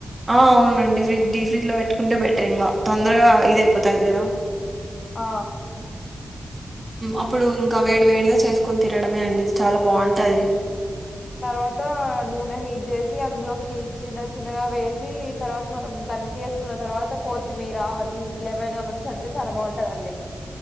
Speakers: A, on the right (about 20°); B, on the left (about 35°).
A: అవునండి ఫ్రిజ్ డీ ఫ్రిడ్జ్లో పెట్టుకుంటే బెటర్ ఇంకా తొందరగా ఇది అయిపోతుంది కదా
B: ఆ
A: అప్పుడు ఇంకా వేడి వేడిగా చేసుకొని తినడమే అండి చాలా బాగుంటుది
B: తర్వాత నూనె చేసి అందులోకి చిన్న చిన్నగా వేసి తర్వాత మనం దంచి వేసుకున్న తర్వాత కొత్తిమీర అవ లేమైనా అవ నుంచి చళ్తే చాలా బాగుంటదండి